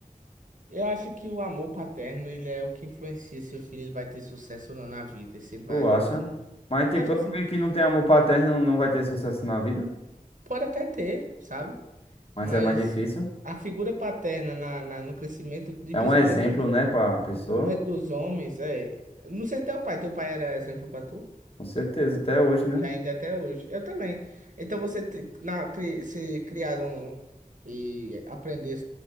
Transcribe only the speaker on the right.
eu acho que o amor paterno, ele é o que influencia se o filho ele vai ter sucesso ou não na vida, se ele vai
agir
como.
Acho assim,
pode até ter, sabe?
Mas
a figura paterna na, na- no crescimento, de,
principalmente,
dos,
principalmente dos homens, é. Não sei até o pai, teu pai era exemplo pra tu?
E ainda é até hoje. Eu também. Então você te- na, cri- se criaram e aprender,